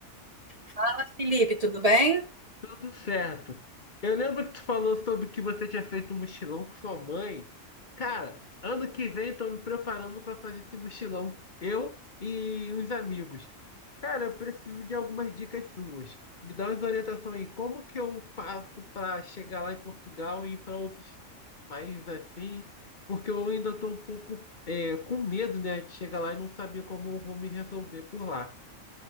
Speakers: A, on the right; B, on the left.
A: Fala, Felipe, tudo bem?
B: Tudo certo. Eu lembro que tu falou sobre que você tinha feito um mochilão com sua mãe. Cara, ano que vem tô me preparando para fazer esse mochilão, eu e uns amigos. Cara, eu preciso de algumas dicas suas. Me dá umas orientações aí. Como que eu faço para chegar lá em Portugal e ir para outros países assim? Porque eu ainda tô um pouco é, com medo, né, de chegar lá e não saber como eu vou me resolver por lá.